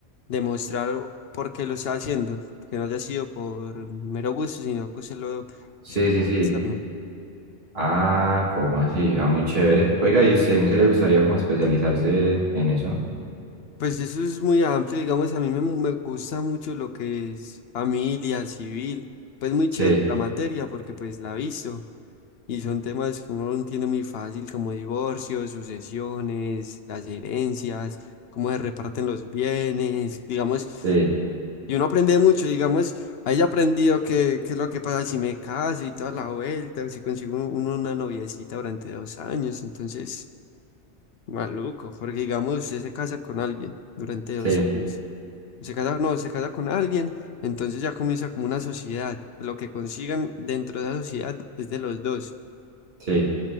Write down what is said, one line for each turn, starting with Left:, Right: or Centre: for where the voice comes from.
Left: demostrar por qué lo está haciendo que no haya sido por mero gusto, sino que usted lo
Right: Sí,
Left: hizo por
Right: sí,
Left: gustarme.
Right: sí. Ah, ¿cómo así? Ah, muy chévere. Oiga, ¿y usted en qué le gustaría como especializarse en eso?
Left: Pues eso es muy amplio, digamos, a mí me, me gusta mucho lo que es familia, civil, pues muy chévere
Right: Sí,
Left: la materia porque pues la he visto y son temas que uno no entiende muy fácil como divorcios, sucesiones, las herencias, cómo se reparten los bienes, digamos,
Right: sí,
Left: y uno aprende mucho, digamos, ahí haya aprendido qué, qué es lo que pasa si me caso y toda la vuelta, o si consigo un- una noviecita durante dos años, entonces... Maluco, porque digamos, usted se casa con alguien durante dos
Right: sí,
Left: años. Se casa, no, se casa con alguien, entonces ya comienza como una sociedad. Lo que consigan dentro de esa sociedad es de los dos.
Right: sí,